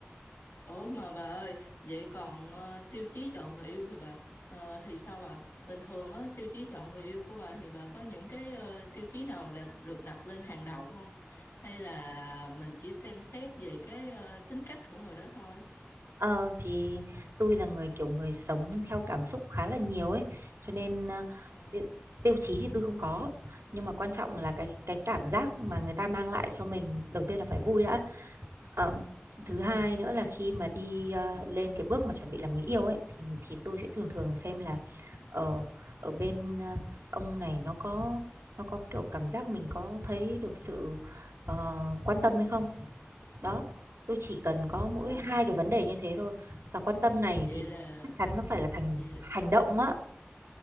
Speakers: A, on the left; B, on the right.
A: ủa mà bà ơi, vậy còn ờ, tiêu chí chọn người yêu thì bà ờ, thì sao ạ? Bình thường á, tiêu chí chọn người yêu của bà thì bà có những cái ờ, tiêu chí nào là được đặt lên hàng đầu không? Hay là mình chỉ xem xét về cái ờ, tính cách của người đó thôi?
B: Ờ, thì tôi là người kiểu người sống theo cảm xúc khá là nhiều ấy cho nên ờ,
A: Ờ,
B: ti- tiêu chí thì tôi không có nhưng mà quan trọng là cái cái cảm giác mà người ta mang lại cho mình đầu tiên là phải vui đã Ờ, thứ hai nữa là khi mà đi ờ, lên cái bước mà chuẩn bị làm người yêu ấy thì thì tôi sẽ thường thường xem là ở ở bên ờ, ông này nó có nó có kiểu cảm giác mình có thấy được sự ờ, quan tâm hay không đó tôi chỉ cần có mỗi
A: À,
B: hai cái vấn đề như thế thôi và quan tâm này
A: vậy
B: thì
A: là
B: chắc chắn nó phải là thành
A: vậy,
B: hành động á